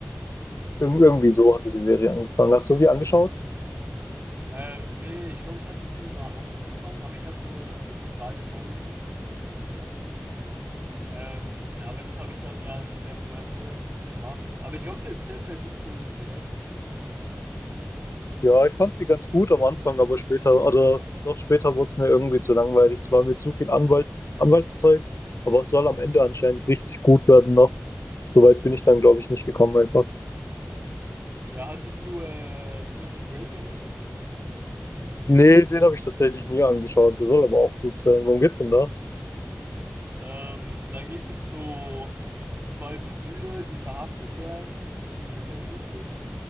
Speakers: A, on the left (about 80°); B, on the right (about 50°).
A: Irg irgendwie
B: Mhm.
A: so hatte die Serie angefangen. Hast du sie angeschaut?
B: Ähm, nee, ich glaube, ich hatte sie mal angefangen, aber ich habe nur zwei Folgen vielleicht angeschaut. Ähm, aber das habe ich dann ja nicht mehr zu Ende gemacht. Aber ich glaube, sie hat sehr, sehr gute Bewertungen online.
A: Ja, ich fand sie ganz gut am Anfang, aber später, oder doch später wurde es mir irgendwie zu langweilig. Es war mir zu viel Anwalts Anwaltszeug, aber es soll am Ende anscheinend richtig gut werden noch. Soweit bin ich dann, glaube ich, nicht gekommen einfach.
B: Ja, hattest du äh, Prison Break angeschaut?
A: Nee, den habe ich tatsächlich nie angeschaut. Der soll aber auch gut sein. Worum geht's denn da?
B: Ähm, da geht es um so zwei Brüder, die verhaftet werden und die im Gefängnis sind.